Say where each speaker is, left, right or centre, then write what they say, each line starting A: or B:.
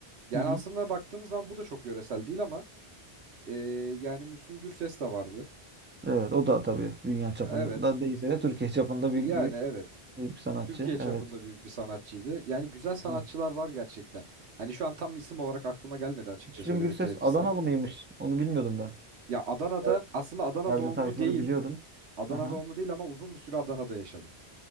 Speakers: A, on the right (about 85°); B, on the right (about 15°).
A: Yani
B: Hı hı.
A: aslında baktığımız zaman bu da çok yöresel değil ama Ee, yani Müslüm Gürses de vardı.
B: Evet o da tabii dünya çapında
A: Evet.
B: değilse de Türkiye çapında büyük
A: Yani
B: bir,
A: evet.
B: büyük bir sanatçı.
A: Türkiye çapında
B: Evet.
A: büyük bir sanatçıydı. Yani güzel sanatçılar
B: Evet.
A: var gerçekten. Hani şu an tam isim olarak aklıma gelmedi açıkça
B: Müslüm
A: söylemek
B: Gürses
A: gerekirse.
B: Adanalı mıymış? Onu bilmiyordum ben.
A: Ya Adana'da
B: Fer-
A: aslında Adana
B: Ferdi
A: doğumlu
B: Tayfur'u
A: değil.
B: biliyordum.
A: Adana
B: Aha.
A: doğumlu değil ama uzun bir süre Adana'da yaşadı.